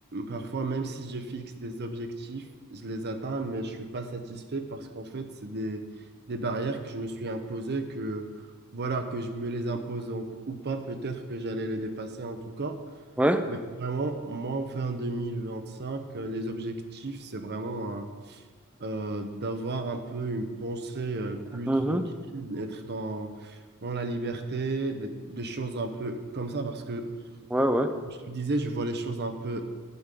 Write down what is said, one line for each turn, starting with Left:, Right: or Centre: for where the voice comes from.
Right: parfois, même si je fixe des objectifs, je les atteins, mais je suis pas satisfait parce qu'en fait, c'est des, des barrières que je me suis imposées, que voilà, que je me les impose en- ou pas, peut-être que j'allais les dépasser en tout cas.
Centre: Ouais,
Right: Mais vraiment, moi, fin 2025, euh, les objectifs, c'est vraiment hein, euh, d'avoir un peu une pensée euh, plus
Centre: Mhm.
Right: tranquille, être dans, dans la liberté, des, des choses un peu comme ça, parce que
Centre: Ouais, ouais.
Right: je te disais, je vois les choses un peu